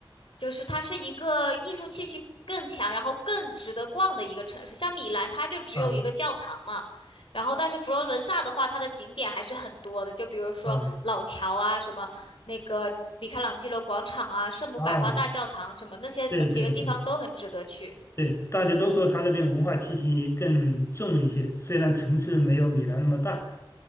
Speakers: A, on the left; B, on the left.
A: 就是它是一个艺术气息更强，然后更值得逛的一个城市。像米兰，它就只有一个教堂嘛，
B: 啊
A: 然后但是佛罗伦萨的话，它的景点还是很多的，就比如说老桥啊，
B: 啊
A: 什么那个米开朗基罗广场啊，圣母百花大教堂什么那些那几个地方都很值得去。
B: 啊，对对对对，大家都说他那边文化气息更重一些，虽然城市没有米兰那么大